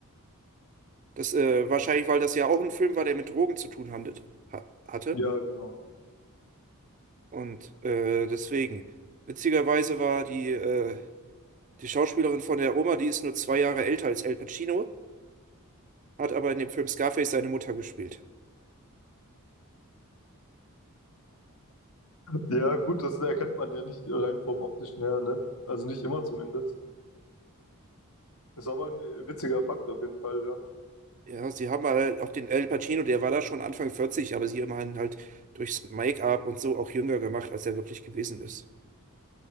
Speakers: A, on the right (about 35°); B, on the left (about 70°).
A: Das, äh, wahrscheinlich, weil das ja auch ein Film war, der mit Drogen zu tun handelt, ha hatte.
B: Ja, genau.
A: Und äh, deswegen. Witzigerweise war die, äh, die Schauspielerin von der Oma, die ist nur zwei Jahre älter als Al Pacino, hat aber in dem Film Scarface seine Mutter gespielt.
B: Ja, gut, das erkennt man ja nicht rein vom optischen her, ne? Also nicht immer zumindest. Ist aber ein äh, witziger Fakt auf jeden Fall, ja.
A: Ja, sie haben halt auch den Al Pacino, der war da schon Anfang 40, aber sie haben ihn halt durchs Make-up und so auch jünger gemacht, als er wirklich gewesen ist.